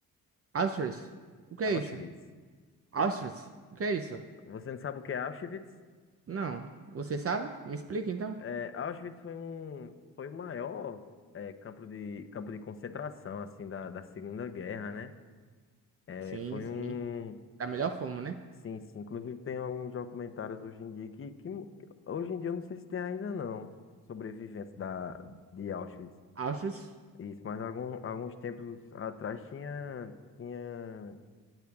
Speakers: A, on the right; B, on the left.
A: Astros. O que
B: Auschwitz.
A: é isso? Astros. O que é isso?
B: Você não sabe o que é Auschwitz?
A: Não. Você sabe? Me explica então.
B: É, Auschwitz foi um, foi o maior, é, campo de, campo de concentração, assim, da, da Segunda Guerra, né? É,
A: Sim,
B: foi
A: sim.
B: um
A: Da melhor forma, né?
B: Sim, sim. Inclusive tem alguns documentários hoje em dia que, que que- hoje em dia eu não sei se tem ainda não, sobreviventes da, de Auschwitz.
A: Astros
B: Isso, mas algum, alguns tempos atrás tinha, tinha,